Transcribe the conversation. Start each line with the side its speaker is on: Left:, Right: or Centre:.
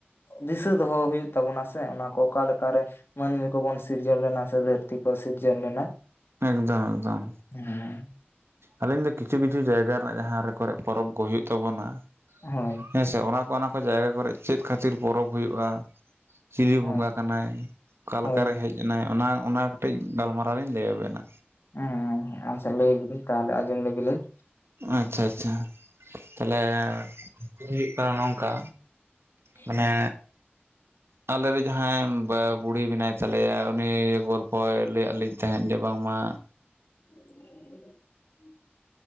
Left: ᱫᱤᱥᱟᱹ ᱫᱚᱦᱚ ᱦᱩᱭᱩᱜ ᱛᱟᱵᱚᱱᱟ ᱥᱮ ᱚᱱᱟ ᱠᱚ ᱚᱠᱟ ᱞᱮᱠᱟᱨᱮ ᱢᱟᱹᱱᱢᱤ ᱠᱚ ᱵᱚᱱ ᱥᱤᱨᱡᱚᱱ ᱞᱮᱱᱟ ᱥᱮ ᱫᱷᱟᱹᱨᱛᱤ ᱠᱚ ᱥᱤᱨᱡᱚᱱ ᱞᱮᱱᱟ᱾
Right: ᱮᱠᱫᱚᱢ ᱮᱠᱫᱚᱢ᱾
Left: ᱦᱮᱸ᱾
Right: ᱟᱞᱤᱧ ᱫᱚ ᱠᱤᱪᱷᱩ ᱠᱤᱪᱷᱩ ᱡᱟᱭᱜᱟ ᱨᱮᱱᱟᱜ ᱡᱟᱦᱟᱸ ᱨᱮ ᱠᱚᱨᱮ ᱯᱚᱨᱚᱵᱽ ᱠᱚ ᱦᱩᱭᱩᱜ ᱛᱟᱵᱚᱱᱟ
Left: ᱦᱳᱭ
Right: ᱦᱮᱸᱥᱮ ᱚᱱᱟ ᱠᱚ ᱠᱚ ᱡᱟᱭᱜᱟ ᱠᱚᱨᱮ ᱪᱮᱫ ᱠᱷᱟᱹᱛᱤᱨ ᱯᱚᱨᱚᱵᱽ ᱦᱩᱭᱩᱜᱼᱟ? ᱪᱤᱞᱤ
Left: ᱦᱳᱭ
Right: ᱵᱚᱸᱜᱟ ᱠᱟᱱᱟᱭ ᱚᱠᱟ
Left: ᱦᱳᱭ
Right: ᱞᱮᱠᱟᱨᱮ ᱦᱮᱡ ᱮᱱᱟᱭ᱾ ᱚᱱᱟ ᱚᱱᱟ ᱠᱟᱹᱴᱤᱡ ᱜᱟᱞᱢᱟᱨᱟᱣ ᱞᱤᱧ ᱞᱟᱹᱭᱟᱵᱮᱱᱟ᱾
Left: ᱦᱮᱸ ᱟᱪᱷᱟ ᱞᱟᱹᱭ ᱞᱮᱵᱤᱱ ᱛᱟᱦᱞᱮ ᱟᱸᱡᱚᱢ ᱞᱮᱜᱮ ᱞᱤᱧ᱾
Right: ᱟᱪᱪᱷᱟ ᱟᱪᱪᱷᱟ ᱛᱟᱦᱞᱮ ᱦᱩᱭᱩᱜ ᱠᱟᱱᱟ ᱱᱚᱝᱠᱟ ᱢᱟᱱᱮ
Left: ᱦᱮᱸ
Right: ᱟᱞᱮᱨᱮ ᱡᱟᱦᱟᱸᱭ ᱵᱩᱲᱦᱤ ᱢᱮᱱᱟᱭ ᱛᱟᱞᱮᱭᱟ ᱩᱱᱤ ᱜᱚᱞᱯᱚᱭ ᱞᱟᱹᱭᱟᱫ ᱞᱤᱧ ᱛᱟᱦᱮᱸᱫ᱾ ᱡᱮ ᱵᱟᱝᱢᱟ
Left: <inaudible>